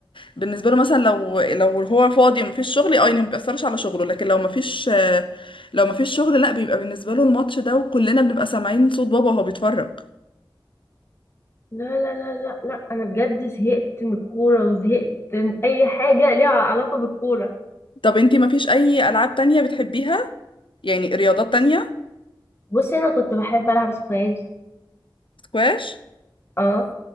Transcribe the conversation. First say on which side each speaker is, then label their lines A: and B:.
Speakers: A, on the left; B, on the left.
A: بالنسبة له مثلا لو لو هو فاضي ومفيش شغل اه يعني ما بيأثرش على شغله لكن لو مفيش آه، لو مفيش شغل لا بيبقى بالنسبة له الماتش ده وكلنا بنبقى سامعين صوت بابا وهو بيتفرج
B: لا لا لا لا لا انا بجد زهقت من الكوره وزهقت من اي حاجه ليها علاقه بالكوره
A: طب انتي مفيش أي ألعاب تانية بتحبيها يعني رياضات تانية
B: بص بصي انا كنت بحب العب سكواش
A: سكواش
B: اه